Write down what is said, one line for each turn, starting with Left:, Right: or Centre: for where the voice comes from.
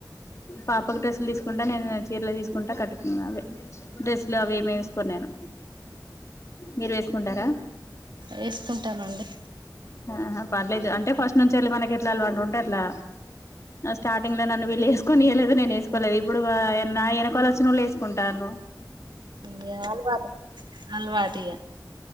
Left: పాపకు డ్రెస్లు తీసుకుంటా నేను చీరలో తీసుకుంటా కట్టుకున్నాను అవి డ్రెస్సులు అవి ఏమి వేసుకోను నేను మీరేసుకుంటారా
Right: వేసుకుంటామండి
Left: ఆహ పర్లేదు అంటే ఫస్ట్ నుంచి వెళ్ళి మనకి ఎట్లా అలవాటు ఉంటే అట్లా స్టార్టింగ్ లో నన్ను వీళ్ళు వేసుకోనీయలేదు నేను వేసుకోలేదు ఇప్పుడు నా యేనకాల వచ్చినళ్ళు వేసుకుంటార్రు
Right: ఇ్య అల్వాటు అలవాటుఇగ